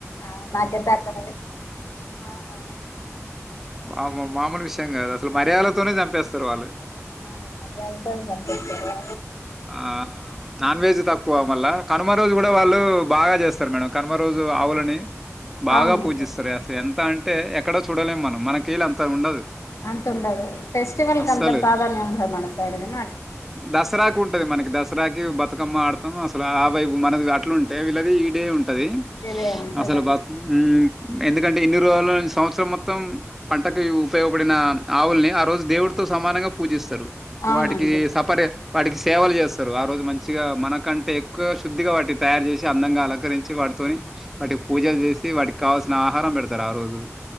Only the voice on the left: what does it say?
ఆ నాకైతే అట్లనే అవునవును
అవును మర్యాదతోని పంపిస్తారు
అవును
అంతుండదు ఫెస్టివల్కి
అంత ప్రాధాన్యం ఉంట మన సైడ్ గున
ఇదే ఉంటదండి.
అవున